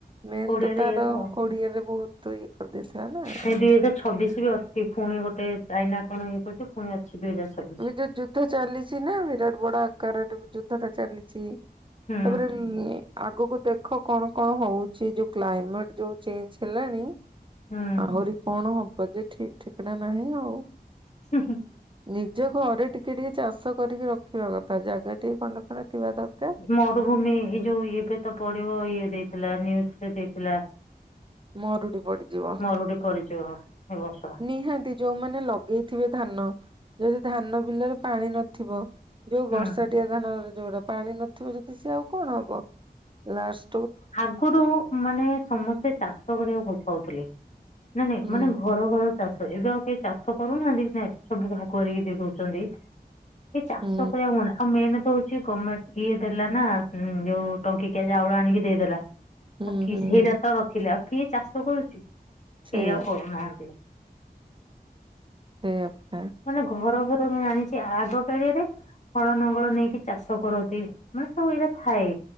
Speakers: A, on the right; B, on the left.
A: ମେନ୍
B: କୋଡିଏରେ
A: ତ ତାର
B: ଇଏ ହେଲା ଆଉ।
A: କୋଡିଆ ରେ ବହୁତ ଇଏ କରିଦେଇଥିଲା ନା।
B: ନାଇଁ ଦୁଇ ହଜାର ଛବିଶ ବି ଅଛି ପୁଣି ଗୋଟେ ଚାଇନା କଣ ହେଇ କରଛି ପୁଣି ଅଛି ଦୁଇ ହଜାର ଛବିଶ।
A: ଏବେ ଯୋଉ ଯୁଦ୍ଧ ଚାଲିଛି ନା ବିରାଟ ବଡ ଆକାରରେ ଯୁଦ୍ଧ ଟା ଚାଲିଛି
B: ହୁଁ
A: ତାପରେ ଆଗକୁ ଦେଖ କଣ କଣ ହଉଛି ଯୋଉ କ୍ଲାଇମେଟ ଯୋଉ ଚେଞ୍ଜ ହେଲାଣି।
B: ହୁଁ
A: ଆହୁରି କଣ ହବ ଯେ ଠିକ ଠିକଣା ନାହିଁ ଆଉ।
B: ହୁଁ ହୁଁ।
A: ନିଜ ଘରେ ଟିକେ ଟିକେ ଚାଷ କରିକି ରଖିବା କଥା ଜାଗା ଟିକେ ଖଣ୍ଡେ ଖଣ୍ଡେ ଥିବା ଦରକାର।
B: ମରୁଭୂମି ଏ ଯୋଉ ଏବେ ତ ପଡିବ ଇଏ ଦେଇଥିଲା ନିଉଜରେ ଦେଇଥିଲା।
A: ମରୁଡି ପଡିଯିବ
B: ମରୁଡି ପରିଚୟ ଏ ବର୍ଷ।
A: ନିହାତି। ଯୋଉମାନେ ଲଗେଇଥିବେ ଧାନ ଯଦି ଧାନ ବିଲରେ ପାଣି ନଥିବ। ଯୋଉ ବର୍ଷାଟିଆ
B: ହୁଁ
A: ଧାନରେ ଯୋଉଟା ପାଣି ନଥିବ ଯଦି ସିଏ ଆଉ କଣ ହବ ଲାଷ୍ଟ
B: ଆଗରୁ ମାନେ ସମସ୍ତେ ଚାଷ କରିବାକୁ ଭଲ ପାଉଥିଲେ। ନା ନାଇଁ
A: ହୁଁ
B: ମାନେ ଘର ଘର ଚାଷ ଏବେ ଆଉ କେହି ଚାଷ କରୁନାହାନ୍ତି ନାଇ ସବୁ ଭାଗୁଆରିକି ଦେଇ ଦଉଛନ୍ତି। ସେ ଚାଷ
A: ହୁଁ
B: କରିବା ମନା। ହଁ ମେନ୍ ତ ହଉଛି ଗଭର୍ଣମେଣ୍ଟ ଇଏ ଦେଲା ନା ଯୋଉ ଟଙ୍କିକିିଆ ଚାଉଳ ଆଣିକି ଦେଇଦେଲା।
A: ହୁଁ
B: ଆଉ କିଏ
A: ହୁଁ
B: ସେଇଟା ତ ରଖିଲେ ଆଉ କିଏ ଚାଷ କରୁଛି କେଇ
A: ସେଇଆ
B: ଆଉ କରୁନାହାନ୍ତି।
A: ସେଇଆ ପା
B: ମାନେ ଘର ଘର ମୁଁ ଜାଣିଛି ଆଗ କାଳିଆରେ ହଳ ନଙ୍ଗଳ ନେଇକି ଚାଷ କରନ୍ତି ମାନେ ସବୁ ଏଇଟା ଥାଏ।